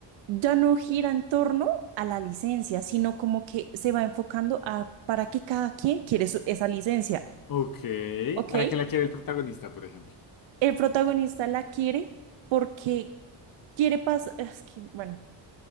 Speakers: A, on the right (about 80°); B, on the left (about 50°).
A: ya no gira en torno a la licencia, sino como que se va enfocando a para qué cada quien quiere su- esa licencia,
B: Ok.
A: ¿ok?
B: ¿Para qué la quiere el protagonista, por ejemplo?
A: El protagonista la quiere porque quiere pasar, es que, bueno,